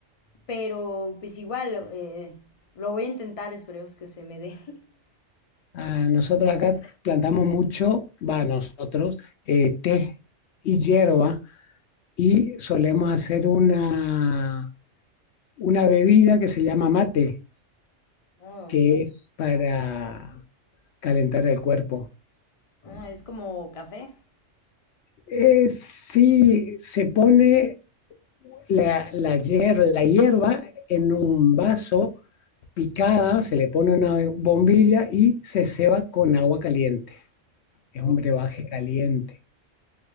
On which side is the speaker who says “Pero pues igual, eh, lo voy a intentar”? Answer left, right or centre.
Left